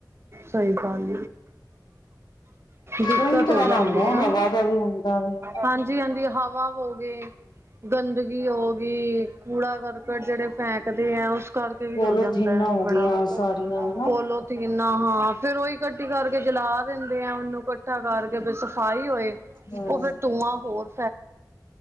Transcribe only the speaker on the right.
ਸਹੀ ਗੱਲ, ਦਿੱਕਤ
ਹੋ ਜਾਂਦੀ
ਹੈ ਨਾ
ਹਾਂਜੀ ਹਾਂਜੀ ਹਵਾ ਹੋ ਗਏ ਗੰਦਗੀ ਹੋ ਗਈ, ਕੂੜਾ ਕਰਕਟ ਜਿਹੜੇ ਫੇਕਦੇ ਆ ਉਸ ਕਰਕੇ
ਵੀ ਹੋ ਜਾਂਦਾ ਹੈ,
ਬੜਾ
ਪੋਲੋ ਹਾਂ ਫੇਰ ਉਹੀ ਇਕੱਠੀ ਕਰਕੇ ਜਲਾ ਦਿੰਦੇ ਆ, ਉਹਨੂੰ ਕੱ ਤਾਂ ਕਰਕੇ ਫੇਰ ਸਫ਼ਾਈ ਹੋਏ
ਉਹ ਫੇਰ ਤੂੰਆਂ ਹੋਰ